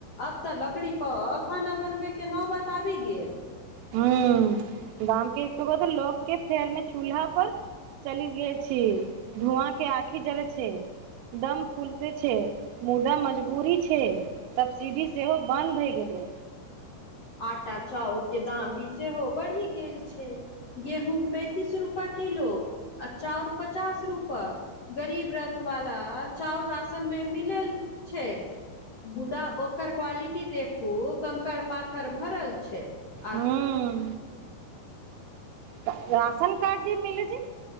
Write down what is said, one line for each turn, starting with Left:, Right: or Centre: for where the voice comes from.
Left: आब तऽ लकड़ी पर खाना बनबय के नौबत आबी गेल।
Right: हम्म गाम के दुगो <unintelligible> लोक के फेर में चूल्हा पर चली गय छी, धुआँ के आँखि जड़ैत छैय। दम फूलते छै मुदा मजबूरी छै। सब्सिडी सेहो बन्द भय गेलै।
Left: आटा चाउर के दाम भी सेहो बढ़ी गेल छै गेहूँम पैंतीस रूपा। किलो आ चाउर पचास रुपा। गरीब रथ वाला चाउर राशन में मिलेल छै। मुदा ओकर क्वालिटी देखू कंकड़ पाथर भरल छै। आर
Right: हूं त राशन कार्ड जे मिलै छै।